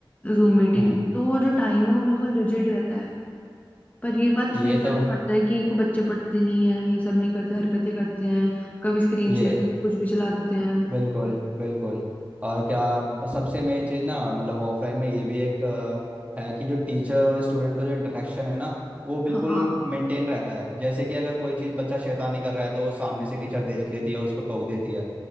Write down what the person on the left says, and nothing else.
जूम मीटिंग
तो वो जो टाइम है वो बिल्कुल रिजिड रहता है पर ये बात
फे फर्क
पड़ता है कि को बच्चे पढ़ते नहीं है ये सब नहीं करते हरकतें करते हैं कभी स्क्रीन शेयर
करके कुछ भी चला देते हैं
हाँ